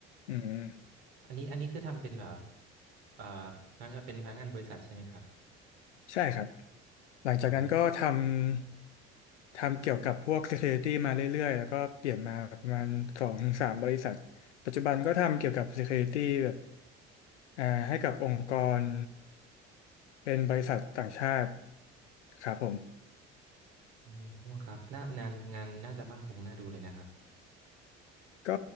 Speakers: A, on the left; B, on the right.
A: อืม
B: อันนี้อันนี้คือทำเป็นแบบเอ่อพนักงานเป็นพนักงานบริษัทใช่ไหมครับ
A: ใช่ครับ หลังจากนั้นก็ท
B: อ๋อ
A: ำทำเกี่ยวกับพวก Security มาเรื่อยๆแล้วก็เปลี่ยนมาประมาณสองถึงสามบริษัทปัจจุบันก็ทำเกี่ยวกับ Security แบบอ่าให้กับองค์กรเป็นบริษัทต่างชาติครับผม
B: โอ้ครับน่างานงานน่าจะมั่นคงน่าดูเลยนะครับ
A: ก็